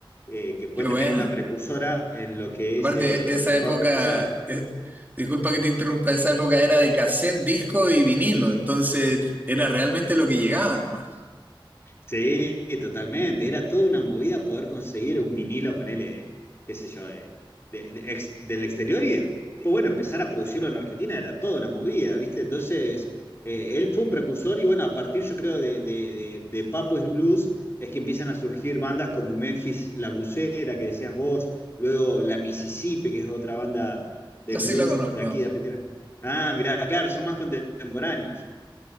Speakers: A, on the left; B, on the right.
A: eh, que fue
B: Qué
A: también
B: buena.
A: una precursora en lo que
B: Aparte,
A: es eh,
B: esa
A: el rock
B: época,
A: pesado.
B: eh, disculpa que te interrumpa, esa época era de cassette, disco y vinilo, entonces era realmente lo que llegaba nomás.
A: Sí, totalmente. Era toda una movida poder conseguir un vinilo, ponele, qué sé yo, de, de- de ex- del exterior y después, bueno, empezar a producirlo en Argentina era toda una movida, ¿viste? Entonces, eh, él fue un precursor y bueno, a partir yo creo de, de, de, de Papo es Blues es que empiezan a surgir bandas como Memphis La Blusera, que decías vos, luego La Mississippi, que es otra banda de
B: Esa
A: blues
B: sí la conozco.
A: de aquí de Argentina. Ah, mirá, claro, son más contemporáneos.